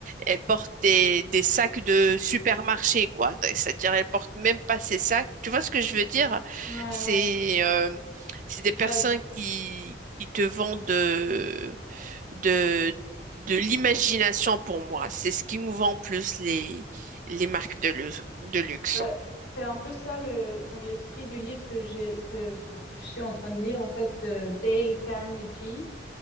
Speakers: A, on the right; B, on the left.
A: elle porte des, des sacs de supermarché, quoi. C'est-à-dire, elle porte même pas ses sacs. Tu vois ce que je veux dire?
B: Ouais ouais.
A: C'est, euh, c'est des personnes
B: Bah,
A: qui, qui te vendent de, de, de l'imagination pour moi. C'est ce qui nous vend plus les, les marques de lu- de luxe.
B: bah c'est un peu ça le dans l'esprit du livre que j'ai que enfin que je suis en train de lire en fait de Dale Carnegie.